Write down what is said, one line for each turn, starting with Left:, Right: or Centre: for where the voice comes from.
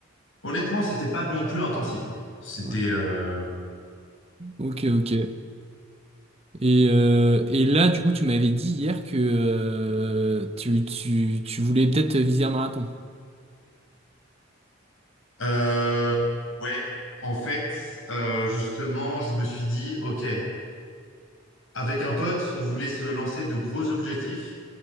Left: honnêtement, c'était pas non plus intensif, ouais. C'était...
Right: Ouais.
Left: euh,
Right: Ok, ok. Et, euh, et là, du coup, tu m'avais dit hier que euh, tu, tu, tu voulais peut-être viser un marathon.
Left: Euh, ouais, en fait, euh, justement, je me suis dit, ok, avec un pote, on voulait se lancer de gros objectifs